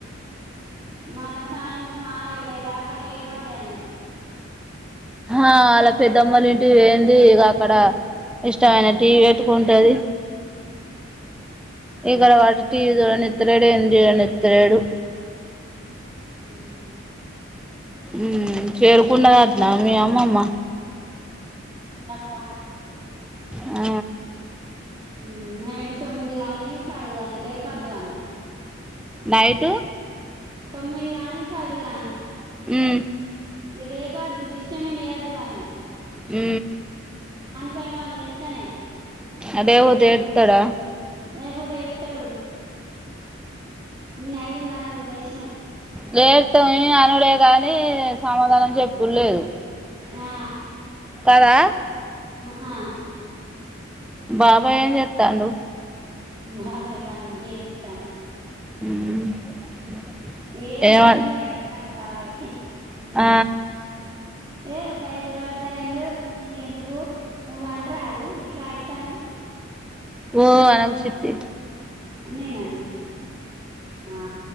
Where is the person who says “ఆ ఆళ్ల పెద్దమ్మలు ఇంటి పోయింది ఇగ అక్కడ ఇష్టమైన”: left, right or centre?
Centre